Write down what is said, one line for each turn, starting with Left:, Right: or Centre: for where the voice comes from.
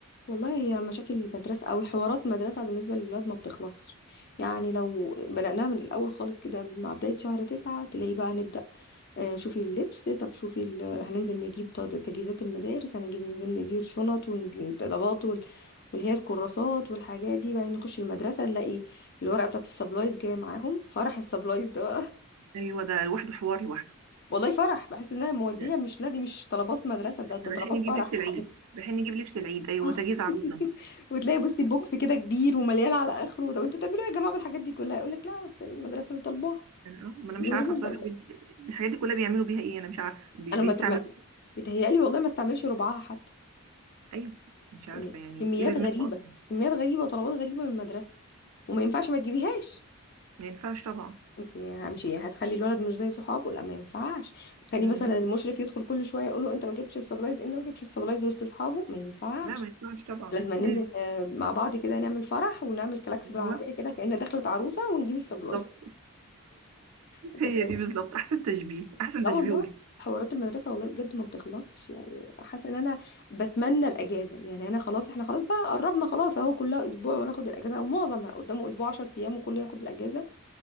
Left: والله هي مشاكل المدرسة أو حوارات مدرسة بالنسبة للولاد ما بتخلصش يعني لو بدأناها من الأول خالص كده مع بداية شهر تسعة تلاقي بقى نبدأ آه، شوفي اللبس طب شوفي ال... هننزل نجيب طاد- تجهيزات المدارس هننزل ننزل نجيب الشنط والطلبات وال... واللي هي الكراسات والحاجات دي بعدين نخش المدرسة نلاقي الورقة بتاعت السبلايز جاية معاهم فرح السبلايز ده بقى
Right: ايوه ده لوحده حوار لوحده
Left: <laughs> والله فرح بحس انها مودية
Right: ده
Left: مش لا دي مش طلبات مدرسة ده
Right: طب
Left: ده
Right: رايحين
Left: طلبات
Right: نجيب
Left: فرح
Right: لبس
Left: ده
Right: العيد رايحين نجيب لبس العيد ايوه
Left: آه.
Right: تجهيز عروسه
Left: <laughs> وتلاقي بصي بوكس كده كبير ومليان على اخره طب انتوا بتعملوا ايه يا جماعه بالحاجات دي كلها يقول لك لا بس المدرسه اللي طالباها
Right: آه، ما انا
Left: المدرسه
Right: مش عارفه
Left: اللي
Right: بصراحه
Left: طالباها
Right: الحاجات دي الحاجات دي كلها بيعملوا بيها ايه انا مش عارفه بي-
Left: انا
Right: بيستعملوا
Left: ما ما- بيتهيألي والله ما استعملش ربعها حتى
Right: ايوه مش عارفه
Left: يعني
Right: يعني
Left: كميات
Right: ايه لازمتها
Left: غريبه
Right: اصلا
Left: كميات غريبه وطلبات غريبه من المدرسه وما ينفعش ما تجيبيهاش
Right: ما ينفعش طبعا
Left: انت مش هتخلي الولد مش زي صحابه لا ما ينفعش هتخلي
Right: مم.
Left: مثلا المشرف يدخل كل شويه يقول له انت ما جبتش السبلايز انت ما جبتش السبلايز وسط اصحابه ما ينفعش
Right: لا ما ينفعش طبعا
Left: لازم ننزل
Right: لازم
Left: آه، مع بعض كده نعمل فرح ونعمل كلاكس
Right: هو
Left: بالعربيه كده كأن دخلت عروسه ونجيب السبلايز
Right: بالظبط <laughs>
Left: بجد
Right: هي
Left: والله
Right: دي بالظبط احسن تشبيه احسن
Left: لا
Right: تشبيه
Left: والله
Right: قلت
Left: حوارات المدرسة والله بجد ما بتخلصش يعني حاسة ان انا بتمنى الاجازة يعني انا خلاص احنا خلاص بقى قربنا خلاص اهو كلها اسبوع وناخد الاجازة او معظم قدامه اسبوع 10 ايام وكله ياخد الاجازة